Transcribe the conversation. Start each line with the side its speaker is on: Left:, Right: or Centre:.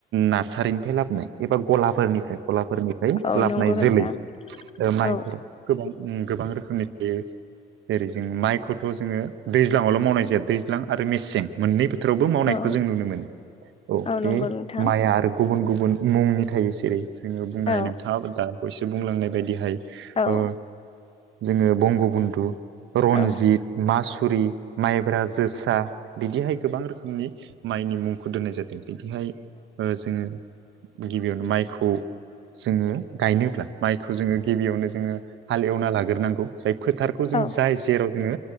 Right: नारसारिनिफ्राय लाबोनाय एबा गला फोरनिफ्राय खलाफोरनिफ्राय
Left: औ नंगौ
Right: लाबोनाय
Left: नोंथां
Right: जोलै माइफोर
Left: औ
Right: गोबां ओं गोबां रोखोमनि थायो। जेरै जों माइखौथ' जोङो दैज्लाङावल' मावनाय जाया दैज्लां आरो मेसें मोननै थोरावबो मावनायखौ
Left: औ
Right: जों नुनो मोनो औ बे
Left: नंगौ नोंथां
Right: माइआ आरो गुबुन गुबुन मुंनि थायो जेरै जोङो बुंनो
Left: औ
Right: हायो नोंथाङा दा बावयैसो बुंलांनाय बायदिहाय
Left: औ
Right: ओ जोङो बंगबन्धु रनजित
Left: औ
Right: मासुरि माइब्रा जोसा बिदिहाय गोबां रोखोमनि माइनि मुंखौ दोननाय जादों बिदिहाय ओ जोङो गिबियावनो माइखौ जोङो गायनोब्ला माइखौ जोङो गिबियावनो जोङो हाल एवना लाग्रोनांगौ जाय फोथारखौ जों
Left: औ
Right: जाय जेराव जोङो